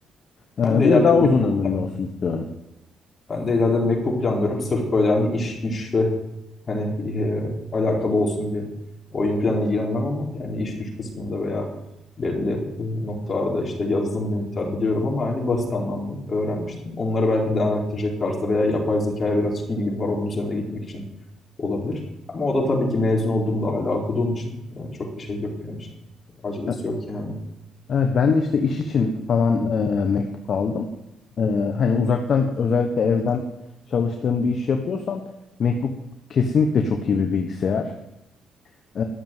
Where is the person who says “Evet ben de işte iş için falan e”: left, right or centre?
Left